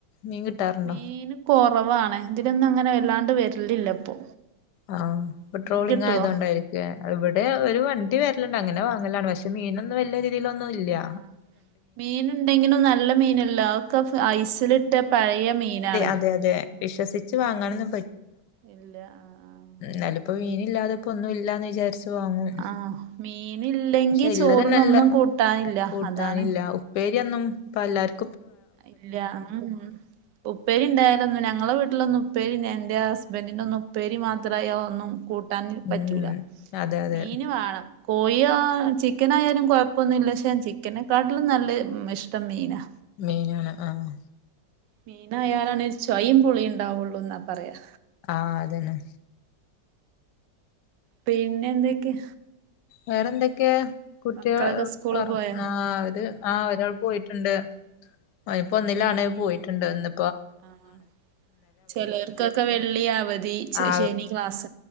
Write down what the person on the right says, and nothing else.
മീന് കൊറവാ വാണ് ഇതിലൊന്നും അങ്ങനെ വല്ലാണ്ട് വരലില്ല ഇപ്പൊ
നിങ്ങക്ക്
കിട്ടുവോ
ആഹ് മീനുണ്ടെങ്കിലും നല്ല മീനല്ല ഒക്കെ ഐസിലിട്ട പഴയ മീനാണ്
ഉം
ഇല്ല ആഹ ആഹ
ആഹ് ആഹ് മീനില്ലെങ്കി
ചോറിനൊന്നും കൂട്ടാനില്ല
അതാണ്
ഇല്ല ഉ ഉപ്പേരി ഇണ്ടായാലൊന്നു ഞങ്ങളെ ന്നും പ എന്റെ ഹസ്ബൻഡറിന്റെ ഒന്നും പേരി മാത്രമായി ഒന്ന കൂട്ട കട്ടാന പറ്റൂല
മീന് വേണം കോഴ ചിക്കനായാലും കുഴപ്പൊന്നുംില്ല പക്ഷെ ചിക്കനെക്കാട്ടിലും നല്ല ഇഷ്ടം മീനാ
മീനായയാലാണ് ചവൈയും പുൊളി ഉണ്ടാവുള്ളൂ എന്നാ പറയാ
പിന്നെ എന്തൊക്കെയ
മക്കളൊക്കെ സ്കൂള്
പോയാ
ആഹ ചിലർക്കൊക്കെ വെള്ളിയ മതി
ശനി ക്ലാസ്